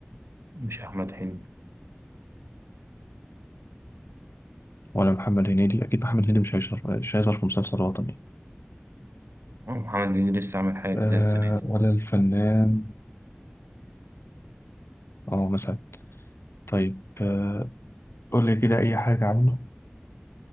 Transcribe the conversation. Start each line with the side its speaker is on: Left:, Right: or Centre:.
Right: مش أحمد حلمي
Left: ولا محمد هنيدي أكيد محمد هنيدي مش هيظهر مش هيظهر في مسلسل وطني
Right: أه، محمد هنيدي لسه عامل حاجة جديدة
Left: آه
Right: السنة دي
Left: ولا الفنان اه مثلا طيب آه قول لي كده أي حاجة عنه